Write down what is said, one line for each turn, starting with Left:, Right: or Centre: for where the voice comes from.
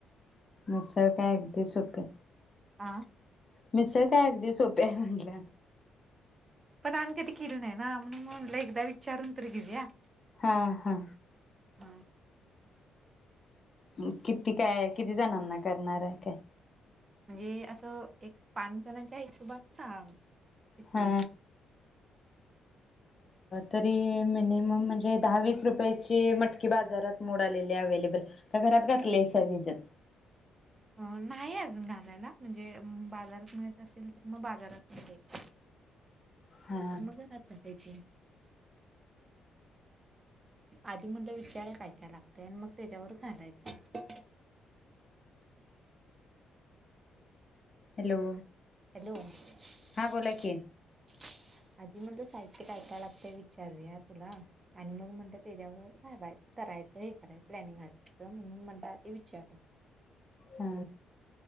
Left: मीसळ काय अगदी सोपे.
Right: आ!
Left: मिसळ काय अगदी सोपी हाय म्हटलं.
Right: पण आमी कधी किली नाहीय ना, म्हणून म्हणलं एकदा विचारून तरी घेऊया.
Left: हा हा!
Right: हा!
Left: हं कित ती काय किती जणांना करणार, आहे काय.
Right: म्हणजे असं एक पाच जणाच्या आहे. सांग? किती
Left: हा!
Right: हे.
Left: तरी मिनिमम म्हणजे दहावीस रुपयाची मटकी, बाजारात मोड आलेली अवेलेबल का घरात घातलेयसा भिजत.
Right: अ नाही अजून घालायला म्हणजे बाजार मिळत असेल म बाजारातुन घ्यायची.
Left: हा
Right: हे तर मग घरात आहे. आधी म्हटलं विचारा काय, काय लागतय आणि मग त्याच्यावर घालायचं.
Left: हॅलो
Right: <unintelligible>
Left: हा बोला की
Right: <unintelligible> म्हणलं साहित्य काय, काय लागतेय. विचारूया तुला आणि मग म्हणत त्याच्यावर घालाय. करायचं हे करायंच हे प्लॅनिंग आज. म्हणून म्हणटात ते विचार.
Left: हा